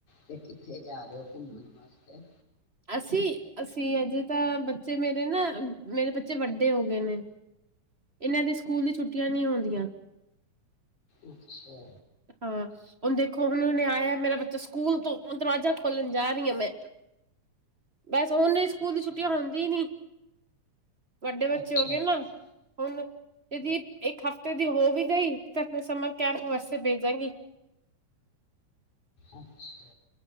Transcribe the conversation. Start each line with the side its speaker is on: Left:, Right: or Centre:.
Left: ਤੇ। ਕਿਥੇ ਜਾ ਰਹੇ ਹੋ ਘੁੰਮਣ ਵਾਸਤੇ ਹਮ।
Right: ਅਸੀਂ-ਅਸੀਂ ਅਜੇ ਤਾਂ ਬੱਚੇ ਮੇਰੇ ਨਾ ਮੇਰੇ ਬੱਚੇ ਵੱਡੇ ਹੋ ਗਏ ਨੇ ਇਨ੍ਹਾਂ ਦੇ ਸਕੂਲ ਦੀ ਛੁੱਟੀਆਂ ਨਹੀਂ ਹੋ ਦੀਆਂ।
Left: ਅੱਛਾ।
Right: ਹਾਂ ਹੁਣ ਦੇਖੋ ਹੁਣੇ ਹੁਣੇ ਆਇਆ ਮੇਰਾ ਬੱਚਾ ਸਕੂਲ ਤੋਂ ਹੁਣ ਦਰਵਾਜ਼ਾ ਖੋਲਣ ਜਾ ਰਹੀ ਆ ਮੈਂ ਬਸ ਔ ਨੇ ਚ ਸਕੂਲ
Left: ਅੱਛਾ
Right: ਦੀ ਛੁਟਿਆ ਹੁੰਦੀਆਂ ਹੀ ਨਹੀਂ ਵੱਡੇ ਬੱਚੇ
Left: ਅੱਛਾ
Right: ਹੋ ਗਏ
Left: ਅੱਛਾ
Right: ਨਾ। ਹੁਣ ਇਹਦੀ ਇਕ ਹਫਤੇ ਦੀ ਹੋ ਵੀ ਗਈ ਤੇ ਫਿਰ ਸੁੰਮਰ ਕੈਂਪ ਬੱਸ ਫੇਰ ਭੇਜਾਂਗੀ।
Left: ਅੱਛਾ